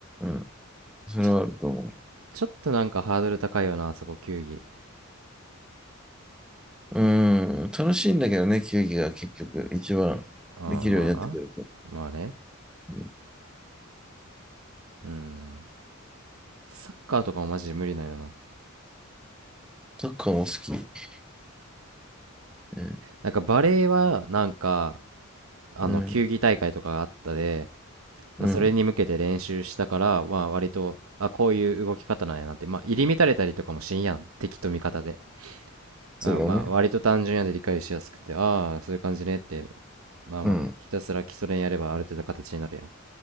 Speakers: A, in the centre; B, on the right.
A: うん。それはあると思
B: ちょ、ちょっとなんかハードル高いよな、あそこ球技。
A: う。うん。楽しいんだけどね、球技が結局一番できるようになってくると。
B: うん、まあ、まあね。
A: うん
B: うん。サッカーとかもマジで無理なんよな。
A: サッカーも好き。うん
B: なんかバレーは、なんか、あの、
A: うん、
B: 球技大会とかがあったで、まあ、
A: うん、
B: それに向けて練習したから、まあ、割とあこういう動き方なんやなって、まあ、入り乱れたりとかもしんやん敵と味方で
A: そうだよね。
B: あ、まあ、割と単純やで理解しやすくてああーそういう感じねってまあまあひたすら基礎練やればある程度形になるやんだ
A: うん、